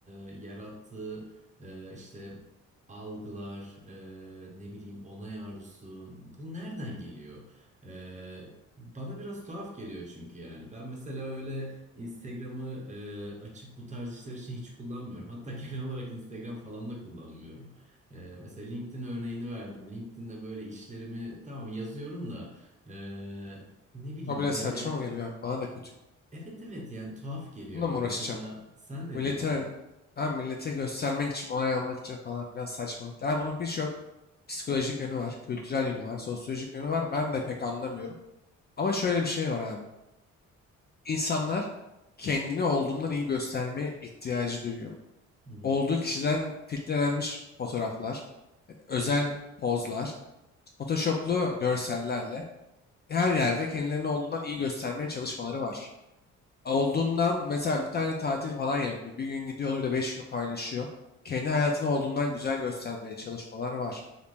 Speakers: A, on the right; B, on the left.
A: e, yarattığı e, işte algılar, e, ne bileyim onay arzusu, bu nereden geliyor? Ee, bana biraz tuhaf geliyor çünkü yani. Ben mesela öyle. Instagram'ı e, açıp bu tarz işler için hiç kullanmıyorum. Hatta <laughs> genel olarak Instagram falan da kullanmıyorum. E, mesela LinkedIn örneğini verdim. LinkedIn'de böyle işlerimi tamam yazıyorum da e, ne bileyim
B: O bile
A: böyle
B: saçma mı geliyor? Bana da kötü.
A: evet evet yani tuhaf geliyor.
B: Bununla mı
A: Mesela
B: uğraşacağım?
A: sen ne
B: Millete,
A: diyorsun?
B: ha, millete göstermek için, onay almak için falan filan saçmalıklar. Ha, bunun birçok psikolojik yönü var, kültürel yönü var, sosyolojik yönü var. Ben de pek anlamıyorum. Ama şöyle bir şey var abi. İnsanlar kendini olduğundan iyi göstermeye ihtiyacı duyuyor.
A: Hı hı.
B: Olduğu kişiden filtrelenmiş fotoğraflar, e, özel pozlar, photoshoplu görsellerle her yerde kendilerini olduğundan iyi göstermeye çalışmaları var. olduğundan mesela bir tane tatil falan yapıyor. Bir gün gidiyor onu bir de beş gün paylaşıyor. Kendi hayatını olduğundan güzel göstermeye çalışmalar var.